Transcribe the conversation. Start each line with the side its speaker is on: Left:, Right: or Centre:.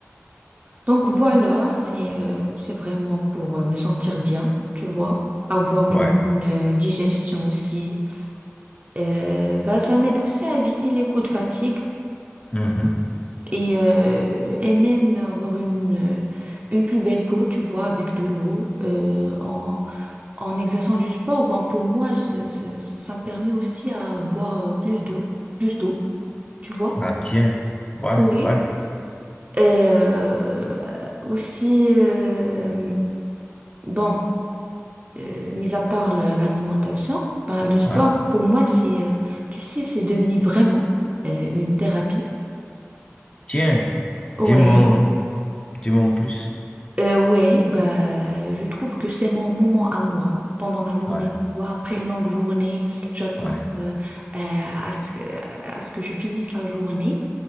Right: Donc voilà, c'est euh, c'est vraiment pour euh, me sentir bien, tu vois, avoir
Left: Ouais.
Right: une bonne euh, digestion aussi. Euh, bah, ça m'aide aussi à éviter les coups de fatigue
Left: Mhm.
Right: et, euh, et même avoir une, euh, une plus belle peau, tu vois, avec de l'eau. Euh, en, en exerçant du sport, bon, pour moi, c'est- c'est- ça me permet aussi à boire euh, plus d'eau, plus d'eau, tu vois.
Left: Ah tiens. Ouais,
Right: Oui.
Left: ouais,
Right: Et euh, aussi, euh, bon. euh, mis à part la- l'alimentation, ben, le sport,
Left: ouais.
Right: pour moi, c'est, euh, tu sais, c'est devenu vraiment euh, une thérapie.
Left: Tiens,
Right: Ouais,
Left: dis-moi, dis-moi en plus.
Right: euh, ouais, bah, je trouve que c'est mon moment à moi pendant la journée,
Left: Ouais.
Right: tu vois, après une longue journée, j'attends
Left: Ouais,
Right: euh, euh, à ce que, à ce que je finisse la journée.